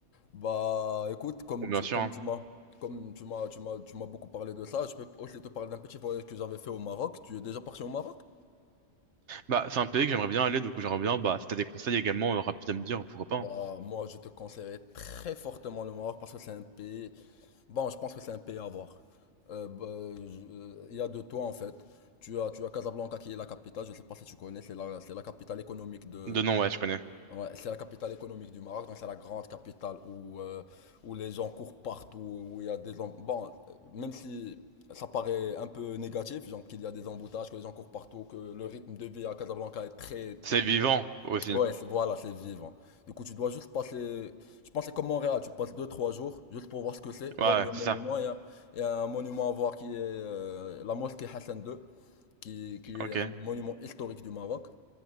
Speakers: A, on the left; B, on the right.
A: Bah, écoute, comme
B: Bon, bien
A: tu,
B: sûr,
A: comme
B: hein.
A: tu m'as, comme tu m'as, tu m'as, tu m'as beaucoup parlé de ça, je peux aussi te parler d'un petit voyage que j'avais fait au Maroc. Tu es déjà parti au Maroc?
B: Bah, c'est un pays que j'aimerais bien aller, donc j'aimerais bien, bah, si t'as des conseils également euh, rapides à me dire, pourquoi pas.
A: Bah,
B: hein.
A: moi, je te conseillerais très fortement le Maroc parce que c'est un pays Bon, je pense que c'est un pays à voir. Euh, bah, je- il y a de toi en fait. Tu as, tu as Casablanca qui est la capitale, je ne sais pas si tu connais, c'est la, c'est la capitale économique de,
B: De nom, ouais, je connais.
A: ouais, c'est la capitale économique du Maroc, donc c'est la grande capitale où, euh, où les gens courent partout, où il y a des, em- bon, euh, même si ça paraît un peu négatif, genre qu'il y a des emboutages, que les gens courent partout, que le rythme de vie à Casablanca est très,
B: C'est
A: est très
B: vivant aussi.
A: Ouais, c'est voilà, c'est vivant. Du coup, tu dois juste passer. Je pense que c'est comme Montréal, tu passes deux trois jours juste pour voir ce que c'est, voir
B: Ouais,
A: les monuments.
B: c'est ça.
A: Il y a, il y a un monument à voir qui est euh, la mosquée Hassan II, qui, qui est
B: Ok.
A: un monument historique du Maroc,